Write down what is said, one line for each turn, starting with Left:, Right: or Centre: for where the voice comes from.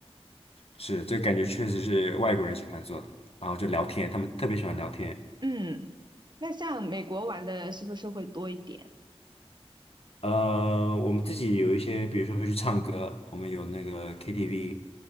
Left: 是，这个感觉确实是外国人喜欢做的，然后就聊天，他们特别喜欢聊天。
Right: 嗯，那像美国玩的是不是会多一点？
Left: 呃，我们自己有一些，比如说会去唱歌，我们有那个 KTV，